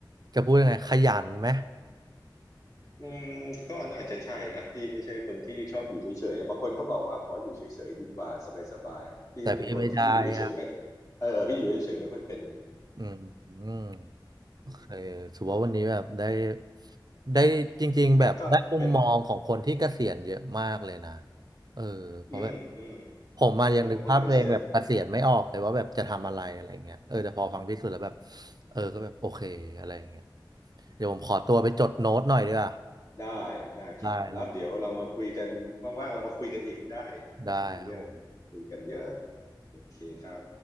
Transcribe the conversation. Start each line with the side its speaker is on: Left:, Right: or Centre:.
Right: จะพูดยังไงขยันไหม
Left: อืมก็น่าจะใช่นะพี่ไม่ใช่คนที่ชอบอยู่เฉยๆบางคนเขาบอกว่าขออยู่เฉยๆดีกว่าสบายๆพี่เป็นคนที่อยู่เฉยๆไม่
Right: แต่พี่ไม่ได้อ่ะ
Left: เออพี่อยู่เฉยๆไม่ค่อยเป็น
Right: อืมอืม โอเค
Left: อืม
Right: ถือว่าวันนี้แบบได้ได้จริงๆแบบได้มุมมองของคนที่เกษียณเยอะมากเลยนะ
Left: อ่าก็เป็น
Right: เออเพราะแบบ
Left: อืมอืม
Right: ผมมายังนึกภาพตัวเองแบบเกษียณไม่ออกเลยว่าแบบจะทำอะไรอะไรเงี้ยเออแต่พอฟังพี่สุดแล้วแบบ
Left: คนคนเกษียณ
Right: เออก็แบบโอเคอะไรเงี้ยเดี๋ยวผมขอตัวไปจดโน้ตหน่อยดีกว่า
Left: อืมได้ได้ครับแล้วเดี๋ยวเรามาคุยกัน
Right: ได้ครับผม
Left: ว่างๆเรามาคุยกันอีกได้นะมีเรื่อง
Right: ได้ครับผม
Left: คุยกันเยอะโอเคครับ